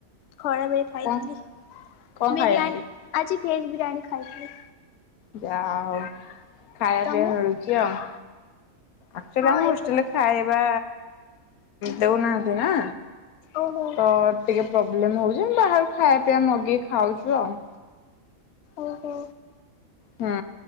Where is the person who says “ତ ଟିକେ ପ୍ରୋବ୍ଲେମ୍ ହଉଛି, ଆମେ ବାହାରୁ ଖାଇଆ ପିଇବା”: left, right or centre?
Left